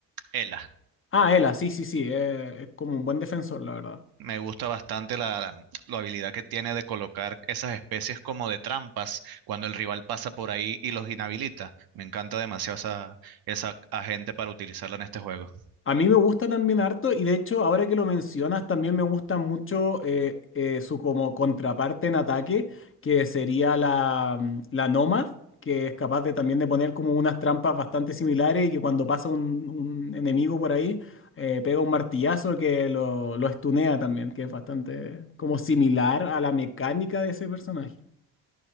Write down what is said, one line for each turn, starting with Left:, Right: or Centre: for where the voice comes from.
Right: Elas.
Left: Ah, Ela, sí, sí, sí, eh, es como un buen defensor, la verdad.
Right: Me gusta bastante la, la habilidad que tiene de colocar esas especies como de trampas cuando el rival pasa por ahí y los inhabilita. Me encanta demasiado esa, esa agente para utilizarla en este juego.
Left: A mí me gusta también harto y de hecho ahora que lo mencionas también me gusta mucho eh, eh, su como contraparte en ataque que sería la, mm, la Nomad que es capaz de también de poner como unas trampas bastante similares y que cuando pasa un, un enemigo por ahí eh, pega un martillazo que lo, lo estunea también que es bastante como similar a la mecánica de ese personaje.